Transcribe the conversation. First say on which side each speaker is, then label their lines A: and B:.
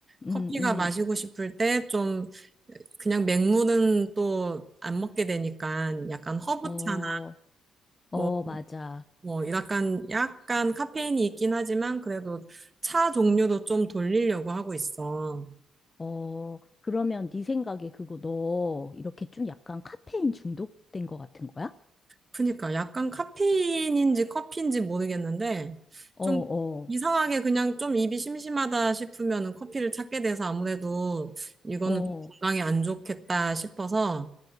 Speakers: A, on the left (about 25°); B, on the right (about 25°).
A: 음,
B: 커피가
A: 음.
B: 마시고 싶을 때 좀 그냥 맹물은 또 안 먹게 되니까 약간 허브차나
A: 어, 어,
B: 뭐,
A: 맞아.
B: 뭐 약간 약간 카페인이 있긴 하지만 그래도 차 종류도 좀 돌리려고 하고 있어.
A: 어, 그러면 네 생각에 그거 너 이렇게 좀 약간 카페인 중독된 거 같은 거야?
B: 그니까 약간 카페인인지 커피인지 모르겠는데
A: 어,
B: 좀
A: 어,
B: 이상하게 그냥 좀 입이 심심하다 싶으면은 커피를 찾게 돼서 아무래도 이거는
A: 어,
B: 좀 건강에 안 좋겠다 싶어서